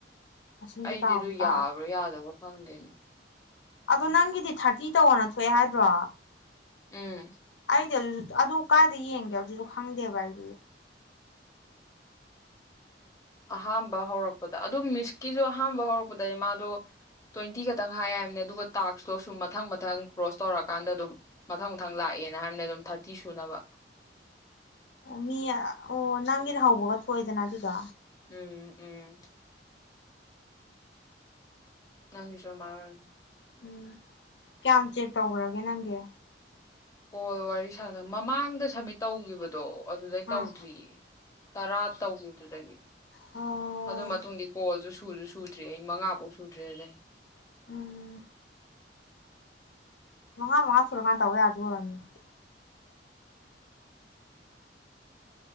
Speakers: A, on the left (about 80°); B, on the left (about 20°).
A: ꯃꯁꯤꯡꯗꯤ
B: ꯑꯩꯗꯤ
A: ꯀꯥꯎꯗꯤ
B: ꯑꯗꯨ
A: ꯀꯥꯎꯈ꯭ꯔꯦ
B: ꯌꯥꯕ꯭ꯔꯥ ꯌꯥꯗꯕ ꯐꯪꯗꯦꯅꯤ
A: ꯑꯗꯣ ꯅꯪꯒꯤꯗꯤ ꯊꯥꯔꯇꯤ ꯇꯧꯅ ꯊꯣꯛꯑꯦ ꯍꯥꯏꯗ꯭ꯔꯣ
B: ꯎꯝ
A: ꯗ ꯑꯗꯨꯁꯨ ꯑꯗꯨ ꯀꯥꯏꯗ ꯌꯦꯡꯒꯦ ꯑꯗꯨꯁꯨ ꯈꯪꯗꯦꯕ ꯑꯩꯗꯤ
B: ꯑꯍꯥꯝꯕ ꯍꯧꯔꯛꯄꯗ ꯑꯗꯨꯝ ꯃꯤꯁꯀꯤꯁꯨ ꯑꯍꯥꯝꯕ ꯍꯧꯔꯛꯄꯗꯗꯤ ꯃꯥꯗꯣ ꯇ꯭ꯋꯦꯟꯇꯤ ꯈꯛꯇꯪ ꯍꯥꯏꯌꯦ ꯍꯥꯏꯕꯅꯦ ꯑꯗꯨꯒ ꯇꯥꯛꯁꯇꯣ ꯁꯨꯝ ꯃꯊꯪ ꯃꯊꯪ ꯀ꯭ꯔꯣꯁ ꯇꯧꯔꯀꯥꯟꯗ ꯑꯗꯨꯝ ꯃꯊꯪ ꯃꯊꯪ ꯂꯥꯛꯑꯦꯅ ꯍꯥꯏꯕꯅꯦ ꯑꯗꯨꯝ ꯊꯥꯔꯇꯤ ꯁꯨꯅꯕ
A: ꯑꯣ ꯃꯤ ꯑꯣ ꯅꯪꯒꯤꯅ ꯍꯧꯕꯒ ꯊꯣꯛꯏꯗꯅ ꯑꯗꯨꯗꯣ
B: ꯎꯝ ꯎꯝ ꯅꯪꯒꯤꯁꯨ ꯑꯗꯨꯃꯥꯏ ꯑꫭꯏꯔꯝꯅꯤ
A: ꯎꯝ ꯀꯌꯥꯝ ꯆꯦꯛ ꯇꯧꯈ꯭ꯔꯒꯦ ꯅꯪꯒꯤ
B: ꯀꫭꯜ ꯋꯥꯔꯤ ꯁꯥꯟꯅ ꯃꯃꯥꯡꯗ ꯁꯃꯤꯠ ꯇꯧꯈꯤꯕꯗꯣ ꯑꯗꯨꯗꯩ
A: ꯑꯥ
B: ꯇꯧꯗ꯭ꯔꯤꯌꯦ ꯇꯔꯥ ꯇꯧꯈꯤꯕꯗꯨꯗꯒꯤ
A: ꯑꯣ
B: ꯑꯗꯨ ꯃꯇꯨꯡ ꯀꯣ ꯁꯨꯗ꯭ꯔꯦ ꯑꯩ ꯃꯉꯥꯐꯧ ꯁꯨꯗ꯭ꯔꯦꯗꯩ
A: ꯎꯝ ꯃꯉꯥ ꯃꯉꯥ ꯁꯨꯔꯀꯟ ꯇꯧꯌꯥꯗꫭꯏ ꯑꫭꯏꯔꯝꯅꯤ ꯑꯗꯨꯗꯤ